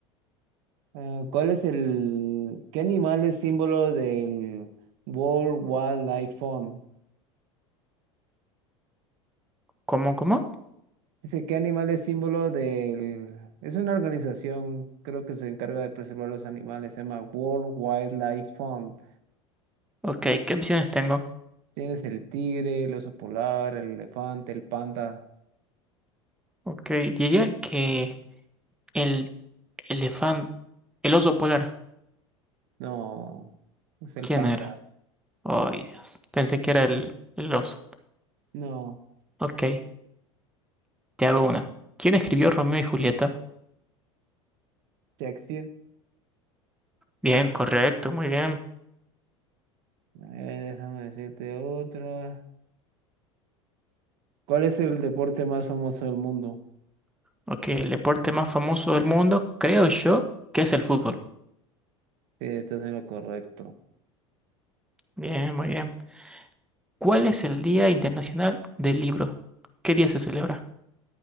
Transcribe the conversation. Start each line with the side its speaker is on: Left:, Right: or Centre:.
Right: Eh, ¿cuál es el, qué animal es símbolo del World Wildlife Fund?
Centre: ¿Cómo, cómo?
Right: Dice, ¿qué animal es símbolo del, es una organización, creo que se encarga de preservar los animales, se llama World Wildlife Fund.
Centre: Ok, ¿qué opciones tengo?
Right: Tienes el tigre, el oso polar, el elefante, el panda.
Centre: Ok, diría que el elefante, el oso polar.
Right: No, es el
Centre: ¿Quién
Right: panda.
Centre: era? Ay, Dios. Pensé que era el, el oso.
Right: No,
Centre: Ok, te hago una. ¿Quién escribió Romeo y Julieta?
Right: Shakespeare.
Centre: Bien, correcto, muy bien.
Right: Eh, déjame decirte otra. ¿Cuál es el deporte más famoso del mundo?
Centre: Ok, el deporte más famoso del mundo, creo yo, que es el fútbol.
Right: Sí, estás en lo correcto.
Centre: Bien, muy bien. ¿Cuál es el Día Internacional del Libro? ¿Qué día se celebra?